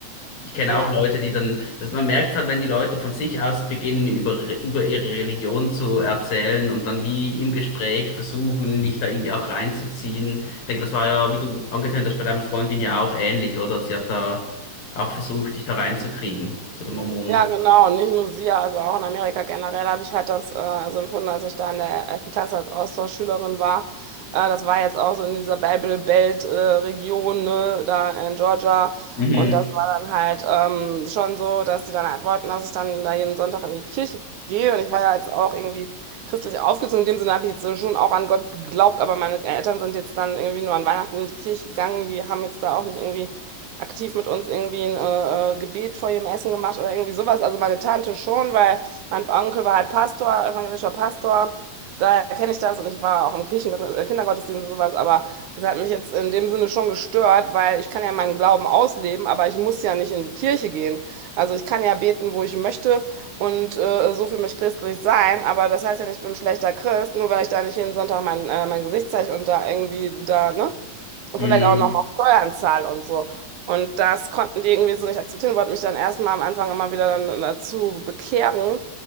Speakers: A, on the left; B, on the right.
A: ich kenne
B: Ja.
A: auch Leute, die dann, dass man merkt halt, wenn die Leute von sich aus beginnen, über, über ihre Religion zu erzählen und dann wie im Gespräch versuchen, dich da irgendwie auch reinzuziehen. Ich denke, das war ja, wie du angetönt hast, bei deiner Freundin ja auch ähnlich, oder? Sie hat da auch versucht, dich da reinzukriegen, zu den Mormonen.
B: Ja, genau. Und nicht nur sie, also auch in Amerika generell habe ich halt das äh, so empfunden, als ich da in der elften Klasse als Austauschschülerin war. Äh, das war jetzt auch so in dieser Bible Belt äh, Region, ne, da in Georgia.
A: Mhm.
B: Und das war dann halt ähm, schon so, dass die dann halt wollten, dass ich dann da jeden Sonntag in die Kirche gehe. Und ich war ja jetzt auch irgendwie christlich aufgezogen. In dem Sinne habe ich jetzt schon auch an Gott geglaubt, aber meine Eltern sind jetzt dann irgendwie nur an Weihnachten in die Kirche gegangen. Die haben jetzt da auch nicht irgendwie aktiv mit uns irgendwie ein äh, äh, Gebet vor ihrem Essen gemacht oder irgendwie sowas. Also meine Tante schon, weil mein Onkel war halt Pastor, evangelischer Pastor. Daher kenne ich das und ich war auch im Kirchen äh, Kindergottesdienst und sowas, aber das hat mich jetzt in dem Sinne schon gestört, weil ich kann ja meinen Glauben ausleben, aber ich muss ja nicht in die Kirche gehen. Also ich kann ja beten, wo ich möchte und äh, so für mich christlich sein, aber das heißt ja nicht, ich bin ein schlechter Christ, nur weil ich da nicht jeden Sonntag mein, äh, mein Gesicht zeige und da irgendwie da, ne? Und
A: Mhm.
B: vielleicht auch nochmal Steuern zahle und so. Und das konnten die irgendwie so nicht akzeptieren, wollten mich dann erstmal am Anfang immer wieder dann dazu bekehren.